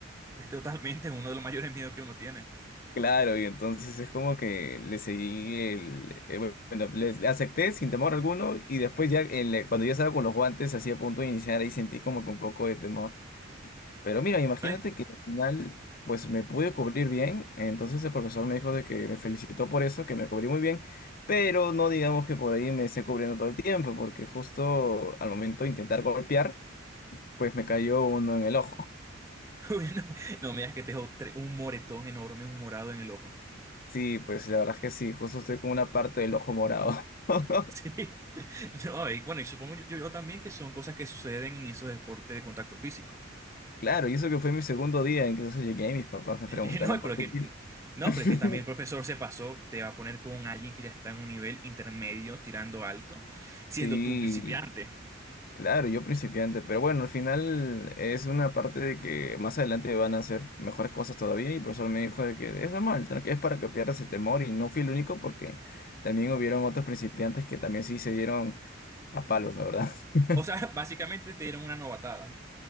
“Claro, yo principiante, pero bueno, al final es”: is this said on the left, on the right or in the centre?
Left